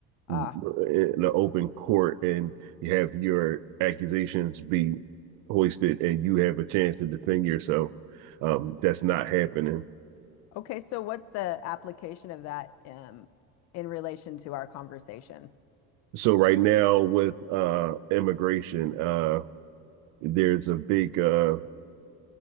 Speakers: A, on the left; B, on the right.
A: Ah,
B: in the open court and you have your accusations be hoisted and you have a chance to defend yourself. Um, that's not happening.
A: okay. So what's the application of that um in relation to our conversation?
B: So right now with uh, immigration, uh, there's a big uh,